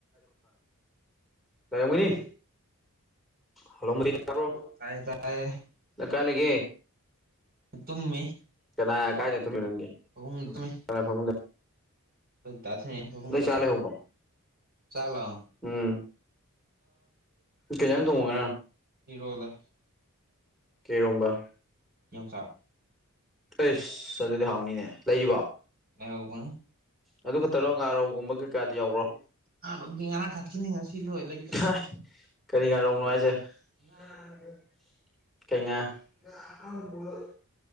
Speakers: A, in the centre; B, on the right.
A: ꯀꯒꯅꯤ ꯍꯜꯂꯣ ꯃ ꯇꯥꯕ꯭ꯔꯣ
B: ꯇꯥꯏꯌꯦ ꯇꯥꯏꯌꯦ
A: ꯅꯪ ꯀꯥꯏ ꯂꯩꯒꯦ
B: ꯇꯨꯝꯃꯤ
A: ꯀꯅꯥ ꯀꯥꯏ ꯇ ꯇꯃꯤ ꯅꯪꯦ
B: ꯐꯃꯨꯡꯗ ꯇꯨꯝꯃꯤ
A: ꯀꯅꯥ ꯐꯪ
B: ꯑꯩꯈꯣꯏ ꯗꯥ ꯊꯤꯟꯅꯩ ꯐꯃꯨꯡꯗ
A: ꯅ ꯆꯂꯦ ꯍꯧꯒ
B: ꯆꯥꯛ ꯂꯥꯎ
A: ꯎꯝ ꯀꯩꯅꯖꯪ ꯊꯣꯡꯉꯒꯅ
B: ꯏꯔꯣꯗ
A: ꯀꯩ ꯏꯔꯣꯝꯕ
B: ꯌꯣꯡꯆꯥꯛ
A: ꯑꯩꯁ ꯑꯗꯨꯗꯤ ꯍꯥꯎꯅꯤꯅꯦ ꯂꯩꯔꯤꯕꯣ
B: ꯂꯩꯍꯧꯕꯅꯤ
A: ꯑꯗꯨ ꯈꯛꯇꯔꯣ ꯉꯥꯔꯧꯒꯨꯝꯕ ꯀꯩꯀꯥꯗꯤ ꯌꯥꯎꯕꯔꯣ
B: ꯉꯥꯗꯨꯗꯤ ꯉꯔꯥꯡ ꯈꯥꯛꯀꯤꯅꯤ ꯉꯁꯤ ꯂꯣꯏ ꯂꯩꯇ꯭ꯔꯦ
A: <unintelligible> ꯀꯔꯤ ꯉꯔꯧꯅꯣ ꯍꯥꯏꯖꯦ ꯉꯥꯗꫭ
B: ꯉꯥ
A: ꯀꯩ ꯉꯥ ꯉꯥ ꯑꯇꯥꯎꯕꯗꫭ